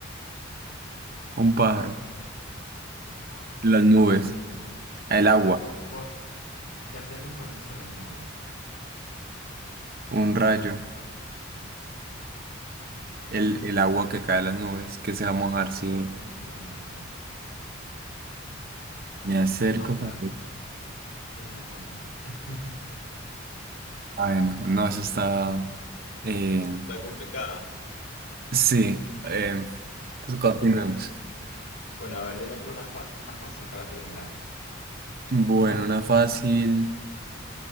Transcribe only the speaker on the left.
No,
por- te acercas con eso de las nubes.
No,
no, <laughs> no, no, no.
La sombra,
es la sombra. <laughs>
Está complicada.
Bueno, a ver, dime tú una, fa- una fácil para terminar.